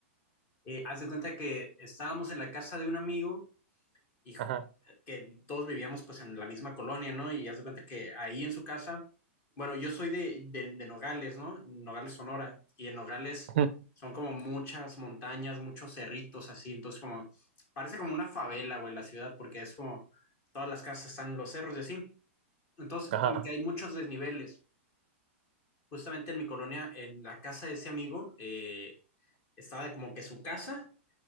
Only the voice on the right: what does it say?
Ajá,
<laughs> Ujú.
ajá,